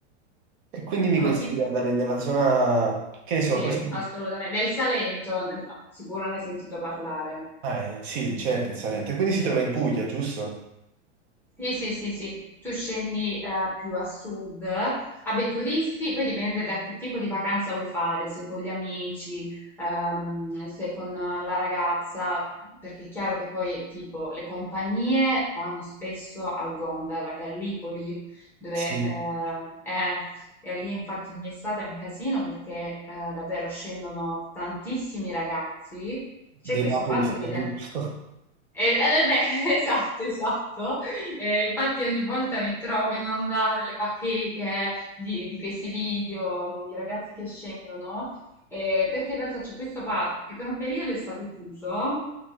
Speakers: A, on the right; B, in the centre.
A: E quindi mi
B: No,
A: consigli
B: ma tipo,
A: di andare nella zona, che ne so,
B: sì,
A: forse...
B: assolutamente, del Salento, ne- sicuro ne hai sentito parlare.
A: Ah, eh, sì, certo, in Salento. Quindi si trova in Puglia, giusto?
B: Sì, sì, sì, sì, tu scendi eh, più a sud, vabbè, turisti, poi dipende da che tipo di vacanza vuoi fare, se con gli amici, ehm, se con la ragazza, perché è chiaro che poi è tipo le compagnie vanno spesso al Gondar, a Gallipoli, dove
A: Sì,
B: eh, è, e lì infatti ogni estate è un casino perché eh, davvero scendono tantissimi ragazzi, c'è
A: di
B: questo
A: Napoli
B: parco
A: soprattutto.
B: che in realtà eh, eh, beh, <laughs> esatto, esatto. Eh, infatti ogni volta mi trovo inondata le bacheche di, di questi video mh, di ragazzi che scendono, eh, perché in realtà c'è questo parco che per un periodo è stato chiuso